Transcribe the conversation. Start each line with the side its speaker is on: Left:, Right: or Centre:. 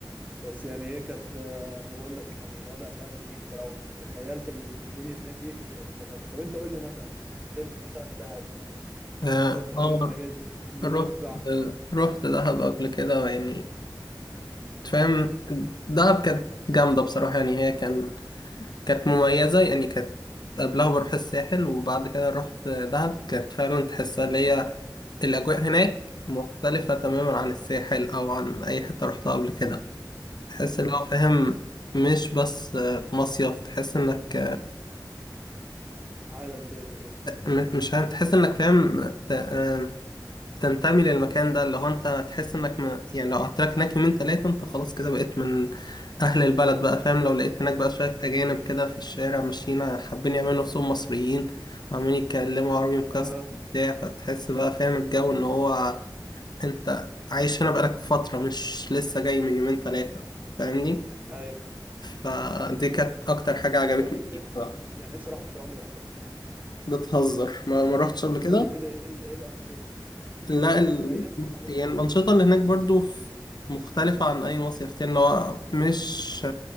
Right: بس يعني ايه كانت آه، انا بقول لك كان الوضع فعلا ايه انت لو تخيلت الدنيا هناك ايه كنت هتكررها طب انت قول لي مثلا يعني سافرت مثلا دهب
Left: اه
Right: سافرت حاجة
Left: آه.
Right: من الحاجات دي نويبع
Left: رحت رحت دهب قبل كده يعني فاهم دهب كانت جامدة بصراحة يعني هي كان كانت مميزة يعني كانت قبلها بروح الساحل وبعد كده رحت دهب كانت فعلا تحسها اللي هي الأجواء هناك مختلفة تماما عن الساحل أو عن أي حتة رحتها قبل كده تحس
Right: مم،
Left: اللي هو فاهم مش بس مصيف تحس إنك
Right: عالم تاني كده
Left: مش فاهم تحس إنك فاهم آه، آه، تنتمي للمكان ده اللي هو انت تحس انك ما يعني لو قعدت لك هناك يومين تلاتة انت خلاص كده بقيت من اهل البلد بقى فاهم لو لقيت هناك بقى شوية اجانب كده في الشارع ماشيين حابين يعملوا نفسهم مصريين وعمالين يتكلموا عربي مكسر
Right: اه
Left: بتاع فتحس بقى فاهم الجو ان هو انت عايش هنا بقالك فترة مش لسه جاي من يومين تلاتة فاهمني
Right: ايوه
Left: فدي كانت اكتر حاجة عجبتني
Right: قول لي كده
Left: فيك
Right: ايه الحاجات
Left: بقى
Right: اللي بتعمل فيها انا نفسي اروحها بصراحة عمري ما رحتها
Left: بتهزر ما ما رحتش قبل
Right: يعني
Left: كده
Right: قول لي كده ايه ال- ايه الانشطة
Left: لا ال...
Right: تخيل عمري
Left: يعني
Right: ما رحتها
Left: الأنشطة اللي هناك برضو ف- مختلفة عن أي مصيف تاني اللي هو مش